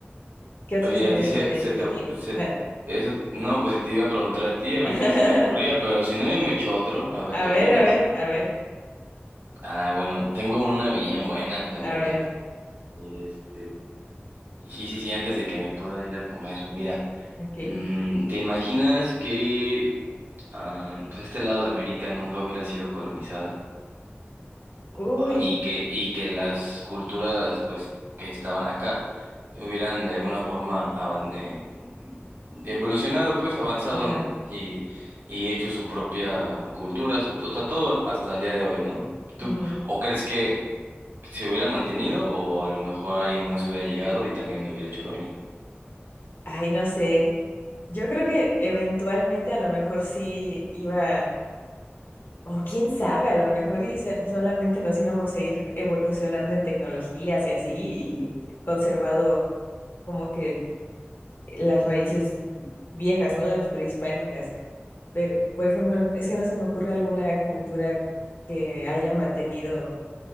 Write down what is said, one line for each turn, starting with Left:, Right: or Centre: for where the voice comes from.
Left: ¿Qué otro
Right: Oye,
Left: escenario
Right: a ti se,
Left: hipotético
Right: se te ocu-
Left: tienes?
Right: se, eso, no, pues te iba a preguntar a ti
Left: <laughs>
Right: a ver qué se te ocurría, pero si no, yo me echo otro, a ver
Left: A
Right: qué
Left: ver,
Right: opinas.
Left: a ver, a ver,
Right: Ah, bueno, tengo una bien buena, la
Left: a
Right: neta.
Left: ver,
Right: Este. Sí, sí, sí, antes de que me pueda ir a comer. Mira,
Left: ok.
Right: mm, ¿te imaginas que ah, pues este lado de América nunca hubiera sido colonizada?
Left: Uy,
Right: Ah, Y que, y que las culturas pues que estaban acá hubieran de alguna forma avan- eh, evolucionado, pues avanzado,
Left: ajá.
Right: ¿no? Y, y hecho su propia cultura, su, o sea, todo hasta el día de hoy, ¿no? ¿Tú,
Left: ujú.
Right: o crees que se hubiera mantenido o a lo mejor alguien más hubiera llegado y también hubiera hecho lo mismo?
Left: Ay, no sé. Yo creo que eventualmente a lo mejor sí iba O quién sabe, a lo mejor y se- solamente nos íbamos a ir evolucionando en tecnologías y así, y conservado como que las raíces viejas, ¿no? Las prehispánicas. Pero, por ejemplo, es que no se me ocurre alguna cultura que haya mantenido